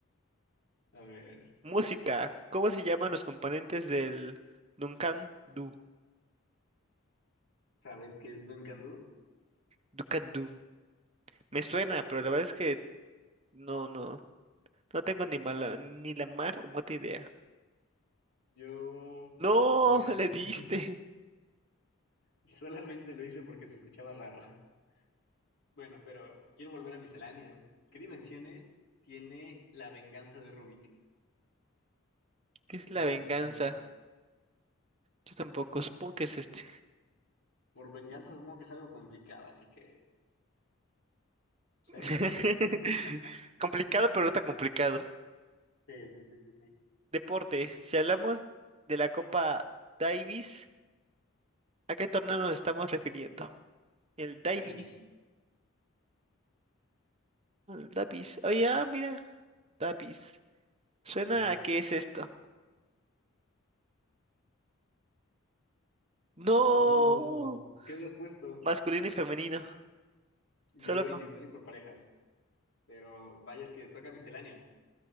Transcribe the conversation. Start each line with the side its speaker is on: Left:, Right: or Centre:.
Left: A ver,
Right: Música. ¿Cómo se llaman los componentes del Duncan Du?
Left: ¿Sabes qué es Dunkandú?
Right: Duncan Du. Me suena, pero la verdad es que no, no. No tengo ni mala, ni la más remota idea.
Left: yo
Right: No,
Left: voy a...
Right: <laughs> le
Left: <laughs>
Right: diste.
Left: Solamente lo hice porque se escuchaba raro. <laughs> Bueno, pero quiero volver a miscelánea. ¿Qué dimensiones tiene la venganza de Rubik?
Right: ¿Qué es
Left: No
Right: la venganza?
Left: entiendo.
Right: Yo tampoco. Supongo que es este.
Left: Por venganza supongo que es algo complicada, así que... ¿Sí?
Right: <laughs>
Left: <laughs>
Right: Complicado, pero no tan complicado.
Left: Sí, sí, sí, sí, sí.
Right: Deporte. Si hablamos de la Copa Davis. ¿A qué torneo nos estamos refiriendo? El Davis.
Left: Tenis.
Right: El Davis. Oye, ah, mira. Davis. Suena
Left: Mm,
Right: a qué es esto. No.
Left: no. ¿Qué habías puesto?
Right: Masculino y femenino.
Left: Yo
Right: Solo con...
Left: individual y por parejas. Pero vaya, es que toca miscelánea.